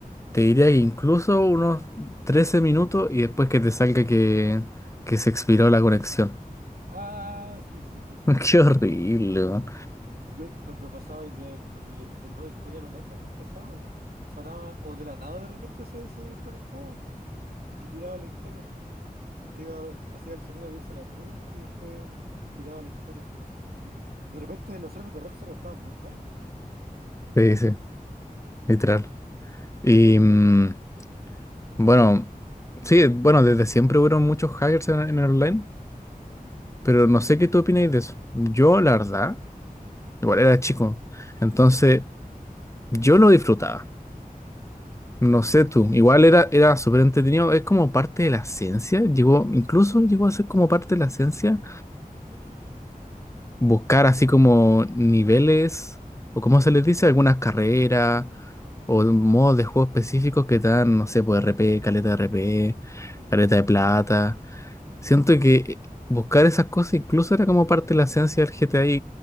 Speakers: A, on the left; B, on the right.
A: Te diría que incluso unos 13 minutos y después que te salga que, que se expiró la conexión.
B: ah, sí, sí, sí, sí,
A: <laughs>
B: sí,
A: Qué
B: sí.
A: horrible,
B: sí.
A: weón.
B: Cu- Cuando pasabais de- del del modo historia al online también pasaba, po. Sonaba, o de la nada de repente se, se desconectaba, po, y te tiraba la historia. Te iba- hacía el sonido de irse a las nubes y después te tiraba la historia. Y no- de repente los servers de Rockstar estaban muy malos.
A: Sí, sí, literal. Y mm, bueno, sí, bueno, desde siempre hubieron muchos hackers en, en el online, pero no sé qué tú opináis de eso. Yo, la verdad, igual era chico, entonces yo lo disfrutaba. No sé tú, igual era, era súper entretenido, es como parte de la ciencia, llegó, incluso llegó a ser como parte de la ciencia buscar así como niveles o como se les dice, algunas carreras o modos de juego específicos que te dan, no sé, pues RP, caleta de RP,
B: Sí,
A: caleta
B: sí, sí.
A: de plata. Siento que buscar esas cosas incluso era como parte de la esencia del GTA y,